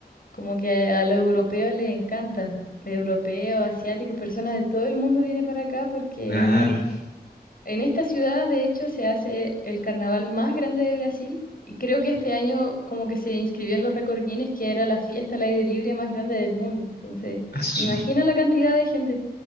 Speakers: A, on the left (about 60°); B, on the left (about 80°).
A: Como que a a los europeos les encanta. Europeos, asiáticos, personas de todo el mundo vienen para acá porque
B: Claro. <laughs>
A: en esta ciudad, de hecho, se hace el carnaval más grande de Brasil. Y creo que este año como que se inscribió en los récord Guinness, que era la fiesta al aire libre más grande del mundo. Entonces,
B: Asu.
A: imagina la cantidad de gente.